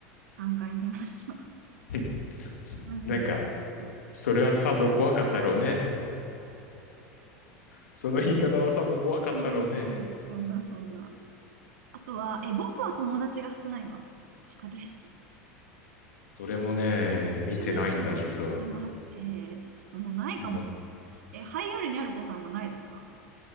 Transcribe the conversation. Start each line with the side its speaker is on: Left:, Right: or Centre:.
Right: 3回見ました。
Left: <laughs>
Right: <laughs> マジで。
Left: なんか、
Right: そう。
Left: それはさぞ怖かったろうね。その言い方はさぞ怖かったろうね。
Right: いえいえいえ、そんなそんな。あとは、え、僕は友達が少ないわ。ちく大好き。
Left: それもね、見てないんだ、
Right: うのーえ、
Left: 実は。
Right: 待って。じゃ、ちょっともうないかもしれな
Left: なん
Right: い。え、ハイオールにある子さんもないですか